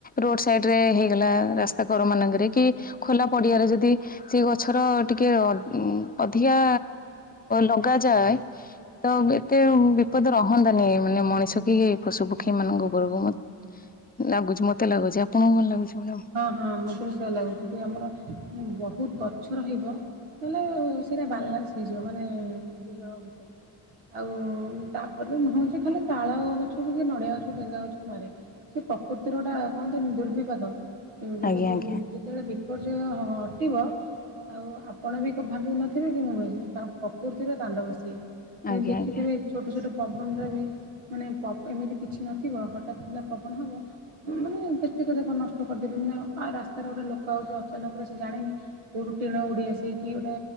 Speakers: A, on the left; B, on the right.
A: ରୋଡ ସାଇଡ ରେ ହେଇଗଲା ରାସ୍ତା କର ମାନଙ୍କରେ କି ଖୋଲା ପଡିଆରେ ଯଦି ସେଇ ଗଛର-ଅ ଟିକେ ଅ-ଉମ୍-ଅଧିକା ଲଗାଯାଏ ତ ଏତେ ବିପଦ ରହନ୍ତାନି। ମାନେ ମଣିଷ କି-ଇ ପଶୁ ପକ୍ଷୀ ମାନଙ୍କ ଉପରକୁ ମତ୍-ଲାଗୁଛି ମତେ ଲାଗୁଛି ଆପଣଙ୍କୁ କଣ ଲାଗୁଛି? ମ୍ୟାଡ଼ାମ?
B: ହଁ ହଁ ମତେ ବି ସେଇୟା ଲାଗୁଛି କି ଆମର ମ-ବ ବହୁତ ଗଛ ରହିବ ତାହେଲେ-ଏ ସେଇଟା ବାଲାନ୍ସ ହେଇଯିବ ମାନେ-ଏ ଦି ଜଣଙ୍କ ଭିତରେ ଆଉ-ଉ ତାପରେ ନୁହଁ ଯେ ଖାଲି ତାଳ ଗଛକୁ କି ନଡିଆ ଗଛକୁ ଡେଙ୍ଗା ଗଛକୁ ମାରେ ସେ ପ୍ରକୃତିର ଟା କହନ୍ତିନି ଦୁର୍ବିପାକ। ସେମିତି ଗୋଟେ
A: ଆଜ୍ଞା
B: ଦୁର୍-ଉଁ
A: ଆଜ୍ଞା
B: ଯେତେବେଳେ ବିପର୍ଯ୍ୟୟ ହ-ହ ଟିବ ଆଉ ଆପଣ ବି କ-ଭାବି ନଥିବେ କି ମୁଁ ଭାବି ତାକ ପ୍ରକୃତିର ତାଣ୍ଡବ ସିଏ। ନି
A: ଆଜ୍ଞା
B: ଦେଖିଥିବେ
A: ଆଜ୍ଞା
B: ଛୋଟ ଛୋଟ ପବନରେ ବି ମାନେ ପବ୍-ଏମିତି କିଛି ନଥିବ ହଠାତ୍ କିନା ପବନ ହବ ମ-ମାନେ-ଏ ଯେତିକତକ ନଷ୍ଟ କରିଦେବେ ମନାଉ ଆଉ ରାସ୍ତାରେ ଗୋଟେ ଲୋକ ଆଉଚି ଅଚାନକରେ ସେ ଜାଣନି କୋଉଠୁ ଟିଣ ଉଡ଼ିଆସି କି ଗୋଟେ